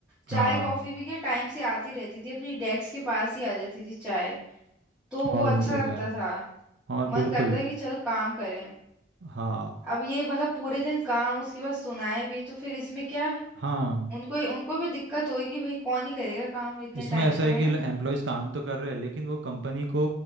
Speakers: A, in the centre; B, on the right (about 80°).
A: चाय
B: हाँ
A: कॉफी भी क्या टाइम से आती रहती थी अपनी डेस्क के पास ही आ जाती थी चाय तो वो
B: और
A: अच्छा
B: नहीं तो
A: लगता
B: क्या
A: था
B: और
A: मन
B: बिल्कुल
A: करता है कि चलो काम करें
B: हाँ
A: अब ये मतलब पूरे दिन काम उसके बाद सुनाए भी तो फिर इसमें क्या
B: हाँ
A: उनको उनको भी दिक्कत होगी भाई कौन ही करेगा काम इतने
B: इसमें
A: टाइम
B: ऐसा
A: तक
B: है
A: है
B: कि
A: ना
B: एम्प्लॉयज़ काम तो कर रहे हैं लेकिन वो कंपनी को